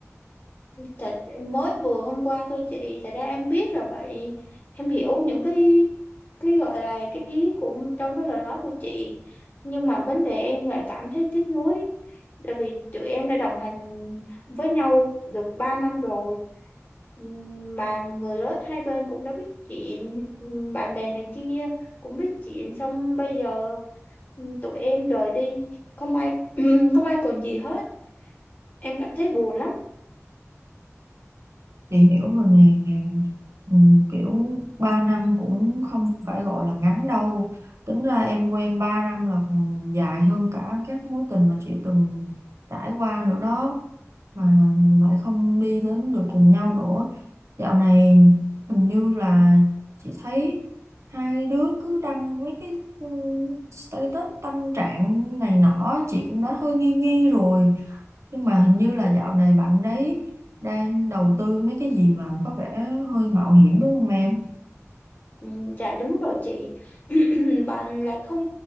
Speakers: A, on the left; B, on the right.
A: thật em mới vừa hôm qua thôi chị thật ra em biết là vậy em hiểu những cái cái gọi là cái ý của trong cái lời nói của chị nhưng mà vấn đề em lại cảm thấy tiếc nuối tại vì tụi em đã đồng hành với nhau được 3 năm rồi Ừm, mà người lớn hai bên cũng đã biết chuyện ừm, bạn bè này kia cũng biết chuyện xong bây giờ ừm, tụi em rời đi không ai <clears throat> không ai còn gì hết em cảm thấy buồn lắm
B: Chị hiểu rồi nè ừ, kiểu 3 năm cũng không phải gọi là ngắn đâu tính ra em quen 3 năm là còn dài hơn cả các mối tình mà chị từng trải qua nữa đó mà lại không đi đến được cùng nhau nữa dạo này hình như là chị thấy hai đứa cứ đăng mấy cái ừ, status tâm trạng này nọ chị cũng đã hơi nghi nghi rồi nhưng mà hình như là dạo này bạn đấy đang đầu tư mấy cái gì mà có vẻ hơi mạo hiểm đúng không em?
A: Ừ, dạ đúng rồi chị <clears throat> bạn lại không